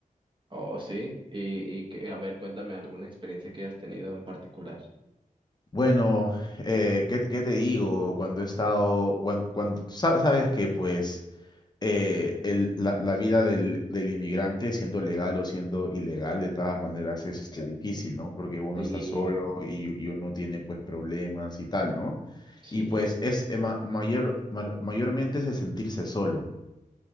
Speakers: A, on the right; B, on the left.
A: Oh, sí. Y, y que- a ver, cuéntame alguna experiencia que hayas tenido en particular.
B: Bueno, eh, ¿qué, qué te digo? Cuando he estado, cuando, cuando, sa- sabes que, pues, eh, el- la, la vida del, del inmigrante, siendo legal o siendo ilegal, de todas maneras es este, difícil, ¿no? Porque uno
A: Sí,
B: está solo y, y uno tiene pues problemas y tal, ¿no?
A: sí.
B: Y pues es eh, ma- mayor, ma- mayormente es el sentirse solo.